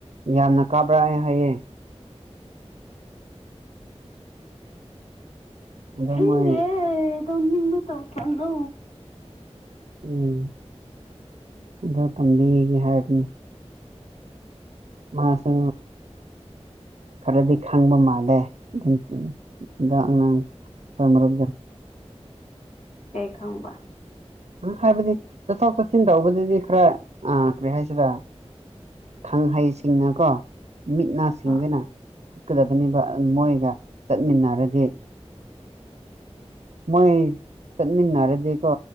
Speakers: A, on the right (about 65°); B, on the left (about 85°).
A: ꯌꯥꯝꯅ ꯀꯥꯞꯔꯛꯑꯦ ꯍꯥꯏꯌꯦ ꯑꯗꯣ
B: ꯈꯪꯗꯦ
A: ꯃꯣꯏ
B: ꯇꯧꯅꯤꯡꯕ ꯇꯧꯁꯅꯣ
A: ꯎꯝ ꯑꯗꯨ ꯇꯝꯕꯤꯒꯦ ꯍꯥꯏꯕꯅꯤ ꯃꯥꯁꯨ ꯈꯔꯗꯤ ꯈꯪꯕ ꯃꯥꯜꯂꯦ ꯑꯗꯨ ꯎꯝ ꯑꯗꯣ ꯑꯉꯥꯡ ꯍꯣꯏ ꯃꯔꯛꯗ
B: ꯀꯩ ꯈꯪꯕ
A: ꯍꯥꯏꯕꯗꯤ ꯆꯠꯊꯣꯛ ꯆꯠꯁꯤꯟ ꯇꯧꯕꯗꯗꯤ ꯈꯔ ꯑꯥ ꯀꯔꯤ ꯍꯥꯏꯁꯤꯔꯥ ꯈꯪ ꯍꯩꯁꯤꯡꯅꯀꯣ ꯃꯤꯠꯅꯥ ꯁꯤꯡꯗꯅ
B: ꯍꯣꯏ
A: ꯆꯠꯀꯗꯕꯅꯤꯕ ꯃꯣꯏꯒ ꯆꯠꯃꯤꯟꯅꯔꯗꯤ ꯃꯣꯏ ꯆꯟꯃꯤꯟꯅꯔꯗꯤ ꯀꯣ